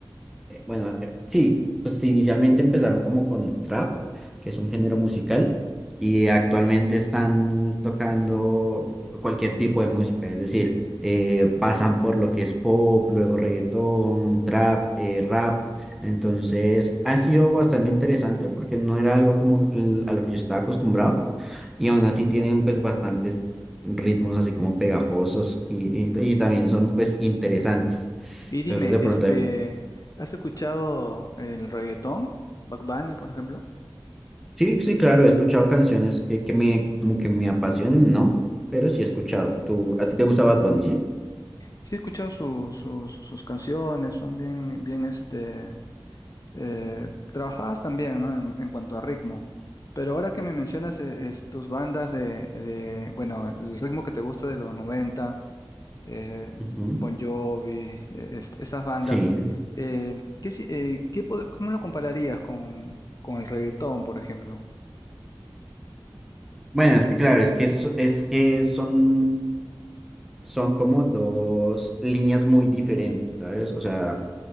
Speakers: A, in the centre; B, on the left.
A: eh, bueno, eh, sí, pues inicialmente empezaron como con el trap, que es un género musical, y actualmente están tocando cualquier tipo de música, es decir, eh, pasan por lo que es pop, luego reggaetón, trap, eh, rap. Entonces ha sido bastante interesante porque no era algo como l- a lo que yo estaba acostumbrado y aún así tienen pues bastantes ritmos así como pegajosos y, y y también son pues interesantes.
B: Y
A: Entonces
B: dime,
A: de pronto
B: este,
A: ahí lo-
B: ¿has escuchado el reggaetón? Bad Bunny, por ejemplo.
A: Sí, sí, claro, he escuchado canciones que, que me, como que me apasionen, ¿no? Pero sí he escuchado. ¿Tú, a ti te gusta Bad Bunny, sí?
B: Sí, he escuchado su- sus sus canciones, son bien, bien, este, eh, trabajadas también, ¿no? En, en cuanto a ritmo. Pero ahora que me mencionas eh, es tus bandas de, de, bueno, el ritmo que te gusta de los 90, eh,
A: Ujú,
B: Bon Jovi, eh, est- esas bandas,
A: Sí.
B: eh, ¿qué, si- eh, qué pod- cómo lo compararías con, con el reggaetón, por ejemplo?
A: Bueno, es que claro, es que, es, es que son, son como dos líneas muy diferentes, ¿sabes? O sea,